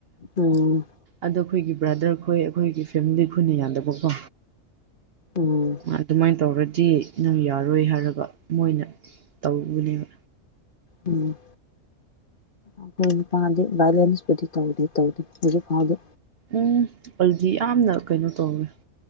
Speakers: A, on the left; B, on the right.
A: ꯎꯝ
B: ꯑꯗꯣ ꯑꯩꯈꯣꯏꯒꯤ ꯕ꯭ꯔꯥꯗꯔ ꯈꯣꯏ ꯑꯩꯈꯣꯏꯒꯤ ꯐꯦꯃꯤꯂꯤ ꯈꯣꯏꯅ ꯌꯥꯗꯕꯀꯣ
A: ꯎꯝ
B: ꯑꯗꯨꯃꯥꯏꯅ ꯇꯧꯔꯗꯤ ꯅꯪ ꯌꯥꯔꯣꯏ ꯍꯥꯏꯔꯒ ꯃꯣꯏꯅ ꯇꯧꯕꯅꯦꯕ
A: ꯎꯝ ꯑꯈꯣꯏ ꯅꯨꯄꯥꯗꯤ ꯕꯥꯏꯌꯣꯂꯦꯟꯁꯄꯨꯗꯤ ꯇꯧꯗꯤ ꯇꯧꯗꯦ ꯍꯧꯖꯤꯛ ꯐꯥꯎꯗꯤ
B: ꯎꯝ ꯑꯗꯨꯗꯤ ꯌꯥꯝꯅ ꯀꯩꯅꯣ ꯇꯧꯋꯦ